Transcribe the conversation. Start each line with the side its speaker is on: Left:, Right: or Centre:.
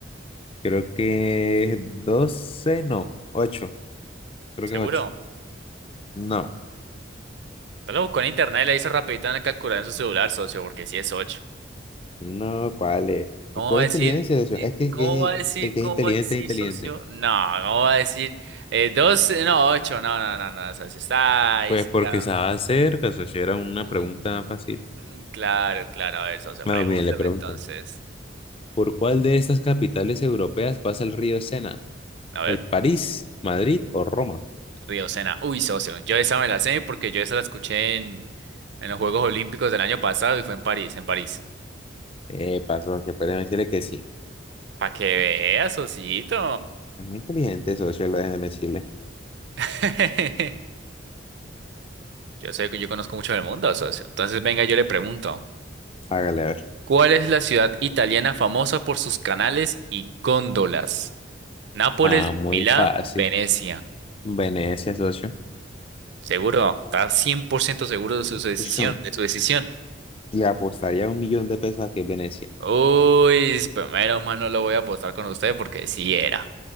Left: Creo que es 12, no, 8. Creo
Right: ¿Seguro?
Left: que es 8. No,
Right: Te lo buscó en internet y le hizo rapidito en el calculador en su celular, socio, porque si es 8.
Left: no, ¿cuál es?
Right: ¿Cómo
Left: Es pura
Right: va a
Left: inteligencia,
Right: decir?
Left: socio.
Right: y-
Left: Es que el
Right: ¿Cómo
Left: que,
Right: va a decir?
Left: el que
Right: ¿Cómo
Left: es inteligente
Right: va a decir,
Left: es inteligente.
Right: socio? No, ¿cómo va a decir? Eh, 2, no, 8. No, no, no, no, socio. Está ahí,
Left: Pues
Right: sí,
Left: porque
Right: ya.
Left: sabe hacer, socio, era una
Right: Mm,
Left: pregunta fácil.
Right: claro, claro. A ver, socio,
Left: No,
Right: pregúntame
Left: miren, le pregunto.
Right: entonces.
Left: ¿Por cuál de estas capitales europeas pasa el río Sena?
Right: A ver.
Left: ¿El París, Madrid o Roma?
Right: Riocena. Uy, socio. Yo esa me la sé porque yo esa la escuché en, en los Juegos Olímpicos del año pasado y fue en París, en París.
Left: Eh, pasó, que pueden decirle que sí.
Right: Para que veas, socito.
Left: Es muy inteligente, socio, lo dejen de decirle.
Right: <laughs> Yo sé que yo conozco mucho del mundo, socio. Entonces, venga, yo le pregunto.
Left: Hágale a ver.
Right: ¿Cuál es la ciudad italiana famosa por sus canales y góndolas? Nápoles,
Left: Ah, muy
Right: Milán,
Left: fácil.
Right: Venecia.
Left: Venecia, socio.
Right: ¿Seguro? ¿Está 100% seguro de su su decisión?
Left: Socio,
Right: De su decisión.
Left: le apostaría un millón de pesos a que es Venecia.
Right: Uy, pues, primero, mano, lo voy a apostar con usted porque sí era.